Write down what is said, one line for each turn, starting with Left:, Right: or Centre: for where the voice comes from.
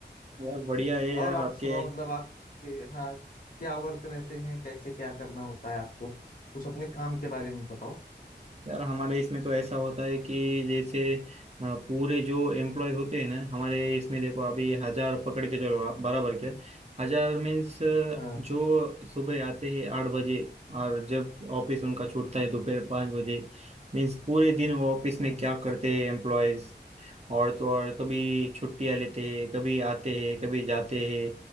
Right: यार बढ़िया है यार
Left: और आप
Right: आपके
Left: सुनाओ मतलब आपके हाँ क्या वर्क रहते हैं कैसे क्या करना होता है आपको कुछ अपने काम के बारे में बताओ
Right: यार हमारे इसमें तो ऐसा होता है कि जैसे अ, पूरे जो एम्प्लॉय होते हैं ना हमारे इसमें देखो अभी हजार पकड़ के चलो आप बराबर क्या हजार मीन्स
Left: हाँ
Right: जो सुबह आते हैं आठ बजे और जब ऑफिस उनका छूटता है दोपहर पाँच बजे मीन्स पूरे दिन वो ऑफिस
Left: हाँ
Right: में क्या करते हैं एम्प्लॉयज और तो और कभी छुट्टियां लेते हैं कभी आते हैं कभी जाते हैं